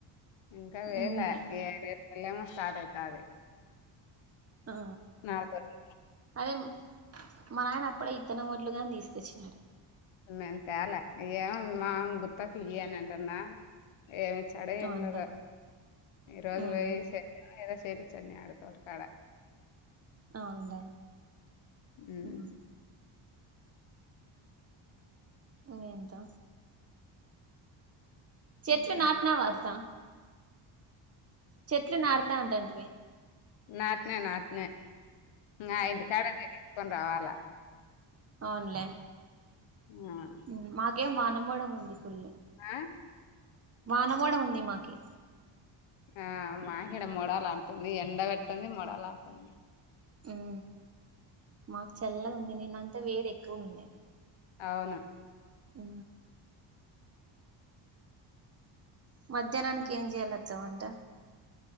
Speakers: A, on the left; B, on the right.
A: ఇంకా వెయ్లే
B: అవునులే
A: ఏ రేపు నెలేమో స్టార్ట్ ఐతాది
B: ఆ
A: నారు తోని
B: అదేమ్ మా నాయన అప్పుడే ఇత్తనం వడ్లుగాని తీసుకొచ్చినాడు
A: మేం తేలే ఇగ మామ్ గుత్తకు ఇయ్ అని అంటన్నా ఏమిచ్చాడో ఏం
B: అవునులే
A: లేదో ఈరోజు
B: మ్
A: పోయి సే ఏదో సేప్చిచ్చే మే ఆడు తోటకాడ
B: ఆవునులేే
A: ఉమ్
B: ఊ ఇంగేంత చెట్లు
A: ఇంకా
B: నాటినావా అత్తా చెట్లు నాడతా అంటాంటివి
A: నాట్నే నాట్నే ఇంగ ఆ ఇంటికాడ ఉండేటివి తీసుకొని రావాల
B: అవునులే
A: ఊ ఆ
B: ఊ మాకేం వాన మోడం ఉంది ఫుల్ల
A: ఆ
B: వాన మోడం ఉంది మాకి
A: ఆ మాకీడ మొడాలు ఆడుతుంది ఎండ పెడుతుంది మొడాలు ఆడుతుంది
B: ఉమ్ మాకు చల్లదుంది నిన్న అంతా వేడి ఎక్కువ ఉండేది
A: అవును
B: ఊ మధ్యానానికి ఏం చెయ్యాలత్త మంట